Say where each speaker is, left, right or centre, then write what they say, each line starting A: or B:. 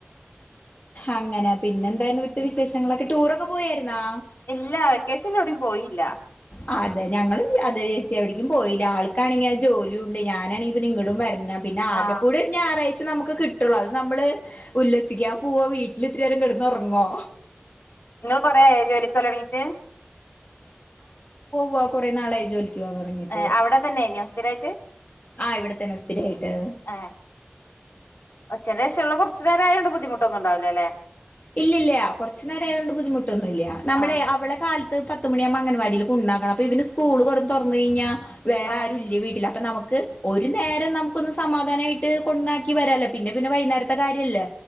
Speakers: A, on the left; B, on the left.
A: അങ്ങനെ പിന്നെന്തായിരുന്നു ഇവിത്തെ വിശേഷങ്ങളൊക്കെ ടൂറൊക്കെ പോയാരുന്നാ
B: ഇല്ല വെക്കേഷനവ്ടയും പോയില്ല
A: ആ അതെ ഞങ്ങളും ച അത് ചേച്ചി എവിടേക്കും പോയില്ല ആൾക്കാണെങ്കി ആ ജോലിയുണ്ട് ഞാനാണെങ്കിപ്പിന്നെ ഇങ്ങടും വെരന്നം പിന്ന ആകെ
B: ആഹ്
A: കൂടെ ഒരു ഞാറായ് ക്ഷ് നമുക്ക് കിട്ടുള്ളൂ അത് നമ്മള് ഉല്ലസ് ഇഗ്യാം പൂവോ വീട്ടില് ഇത്തിരിയരം കെടന്ന് ഒറങ്ങോ
B: കൊറെയായോജോലിക്കൊല്ലാംഇറങ്ങീട്ട്
A: പോുകുടെ നാളേയ ജോലിക്ക് പോവാൻ തുടങ്ങിയിട്ട്
B: ആ അവിടെ തന്നെ സ്ഥിരായിട്ട്
A: ആഹ് ഇവിടെത്തന്നെ സ്ഥിരായിട്ട്
B: ആ ഒച്ചേന്റെ വേഷമുള്ള കുറച്ചു നേര ആയണ്ട് ബുദ്ധിമുട്ടൊന്നൂംഉണ്ടാവില്ല ല്ലേ
A: ഇല്ല്ല്ല കുറച്ച്നേര് ആയതുകൊണ്ട് ബുദ്ധിമുട്ടൊന്നും ഇല്ല നമ്മളെ
B: ആഹ്
A: അവളെ കാലത്ത് പത്ത് മണിയാവുമ്പം അങ്ങൻവാടി ഉണ്ടാക്കണം അപ്പൊ ഇവന്സ്കൂള് പുറം തുറന്നു കഴിഞ്ഞാ പി വേറെ
B: ആഹ്
A: ആരും ഇല്ലേ വീട്ടില് നമുക്ക് ഒരു നേരം നമുക്കൊന്ന് സമാധാനമായിട്ട് കൊണ്ടന്നാക്കി വരല്ലോ പിന്നെ പിന്നെ വൈകുന്നേരത്തെ കാര്യംല്ലേ